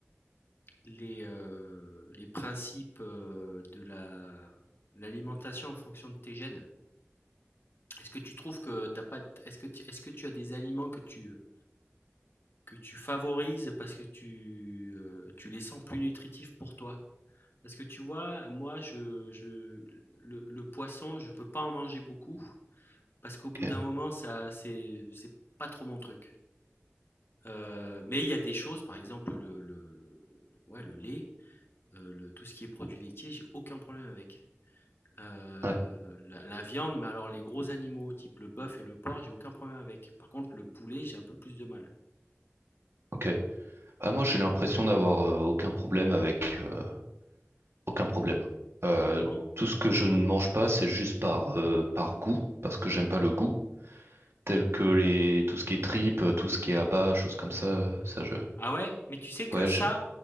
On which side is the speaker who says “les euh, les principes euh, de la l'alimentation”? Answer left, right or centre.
Left